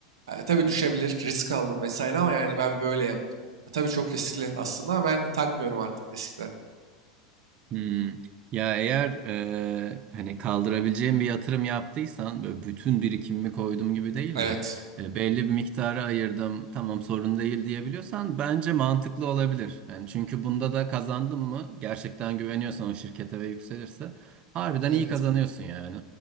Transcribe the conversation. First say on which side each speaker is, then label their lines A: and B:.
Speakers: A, on the right; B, on the right.
A: Ha, tabii düşebilir, risk aldım vesaire ama yani ben böyle yaptım. Ha, tabii çok riskli aslında ama ben takmıyorum artık riskle.
B: Hmm. Ya eğer e, hani kaldırabileceğim bir yatırım yaptıysan böyle bütün birikimimi koydum gibi değil
A: Evet,
B: de e, belli bir miktarı ayırdım tamam sorun değil diyebiliyorsan bence mantıklı olabilir. Yani çünkü bunda da kazandın mı gerçekten güveniyorsan o şirkete ve yükselirse harbiden
A: evet,
B: iyi kazanıyorsun yani.